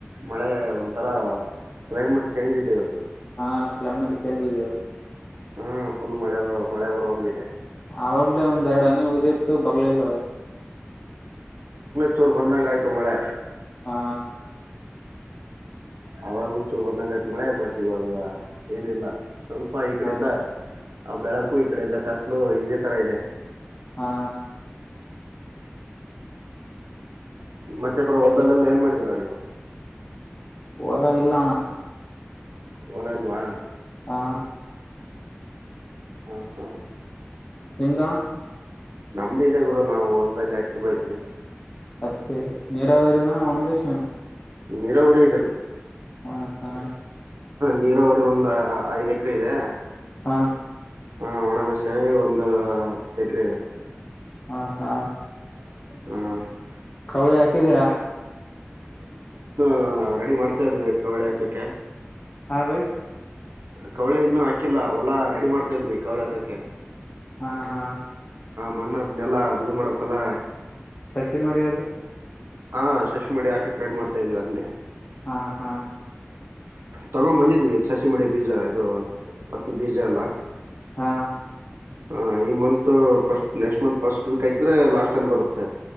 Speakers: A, on the right (about 80°); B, on the left (about 40°).
A: ಮಳೆ ಒಂಥರ ಕ್ಲೈಮೇಟ್ ಚೇಂಜ ಇತೆಗತ್ತು
B: ಹಾ ಕ್ಲೈಮೇಟ್ ಚೇಂಜ್ ಇದೆ
A: ಹ್ಮ ಫುಲ್ ಮಳೆ ಮಳೆ ಬರುವಂಗದೆ
B: ಆವಾಗ್ಲೇ ಒಂದೆರಡು ಅನಿ ಉದಿರ್ತು ಬರ್ಲಿಲ್ಲ ಯ
A: ಚೋರ್ ಬಂದಂಗ ಆಯ್ತು ಮಳೆ
B: ಹಾ
A: ಅವಾಗಲುೂ ಚೂರು ಒಂದಂಗಟ್ ಮಳೆ ಬಟ್ಟ ಇವಾಗ ಏನಿಲ್ಲ ಸ್ವಲ್ಪ ಈ ಕಡಿಂದ
B: ಹಾ
A: ಆ ಬೆಳಕು ಈ ಕಡಿಂದ ಕತ್ಲು ಇದೆ ತರ ಇದೆ
B: ಹಾ
A: ಮತ್ತೆ ಬ್ರೋ ಹೊಲ್ದಲ್ಲೆಲ್ಲ ಏನ್ ಮಾಡಿದೀರಾ ನೀವು
B: ಹೋಲಿಲ್ಲ ಅಣ್ಣ
A: ಹೊಲ ಇಲ್ವಾ
B: ಹಾ
A: ಹ ಹಾ
B: ನಿಮ್ಡುಣ್ಣ
A: ನಮ್ದು ಇದೇ ಗುರು ನಾವು ಹೊಲದಲ್ಲಿ ಅತ್ತಿ ಬೆಳೀತೀವಿ
B: ಹತ್ತಿ ನೀರಾವರಿನ ಅವನಂದ ಸಣ
A: ನೀರ ಅವರೇ ಇದೆ ಬ್ರೋ
B: ಹಾ ಹಾ
A: ನೀರೋ ಅವರಿಗೆ ಒಂದು ಐದ್ ಎಕರೆ ಇದೆ
B: ಹಾ
A: ಹಾ ಒಣಬಸೆ ಒಂದು ತೆಗ್ರ ಇದೆ
B: ಹಾ ಹಾ
A: ಹ್
B: ಕೌಳಿ ಹಾಕಿದ್ದೀರಾ
A: ಹಾ ರೆಡಿ ಮಾಡ್ತಾ ಇದ್ವಿ ಕವಳಿ ಹಾಕಕ್ಕೆ
B: ಹಾ ಬೈ
A: ಕವಳೆ ಇನ್ನೂ ಹಾಕಿಲ್ಲ ಹೊಲ ರೆಡಿ ಮಾಡ್ತಾ ಇದ್ವಿ ಕವಳೆ ಹಾಕಕ್ಕೆ
B: ಹಾ ಹಾ
A: ಮಣ್ಣದ್ ನೆಲ್ಲ ಅದು ಇದು ಮಾಡಕಲ್ಲ
B: ಸಸಿ ಮಾಡಿ ಅದು
A: ಹಾ ಸಶಿ ಮಾಡಿ ಹಾಕಕ್ ರಡ್ ಮಾಡ್ತಾ ಇದೀವಿ ಅದ್ೇ
B: ಹಾ ಹಾ
A: ತಗೊಂಡ್ ಬಂದಿದ್ವಿ ಸಸಿ ಮಡಿ ಬೀಜಾ ಇದು ಹತ್ತದ ಬೀಜಾ ಎಲ್ಲ
B: ಹಾ
A: ಹ ಈ month first next month first week ಆಯಿದ್ರೆ ಲಾಸ್ಟ್ ಅಲ್ಲಿ ಬರುತ್ತೆ